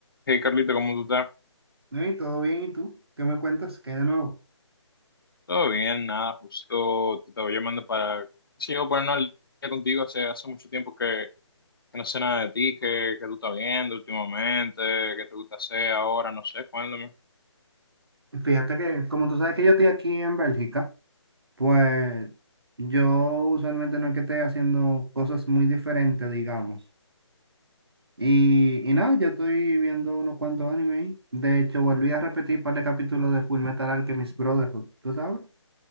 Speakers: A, on the left; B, on the right.
A: Hey Carlito, ¿cómo tú estás?
B: Ey, todo bien, ¿y tú? ¿Qué me cuentas? ¿Qué hay de nuevo?
A: Todo bien, nada, justo te estaba llamando para, sí, yo ponernos al día contigo, hace, hace mucho tiempo que, que no sé nada de ti, que, que tú estás viendo últimamente, qué te gusta hacer ahora, no sé, cuéntame.
B: Fíjate que, como tú sabes que yo estoy aquí en Bélgica, pues yo usualmente no es que esté haciendo cosas muy diferentes, digamos. Y, y nada, yo estoy viendo unos cuantos anime. ahí. De hecho, volví a repetir un par de capítulos de Full Metal Alchemist Brotherhood, ¿tú sabes?